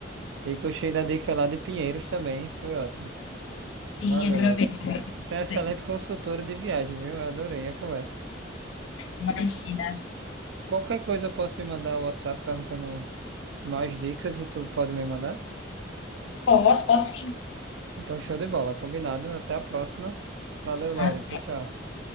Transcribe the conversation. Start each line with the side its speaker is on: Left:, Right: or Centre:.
Right: E gostei da dica lá de Pinheiros também, foi ótimo.
Left: Sim,
Right: Valeu,
Left: aproveita.
Right: Laura.
Left: aproveita.
Right: Você é excelente consultora de viagem, viu? Eu adorei a conversa.
Left: Imagina.
Right: Qualquer coisa eu posso te mandar o WhatsApp perguntando mais dicas e tu pode me mandar?
Left: Posso, posso sim.
Right: Então, show de bola, combinado. Até a próxima. Valeu, Laura.
Left: Ah,
Right: Tchau, tchau.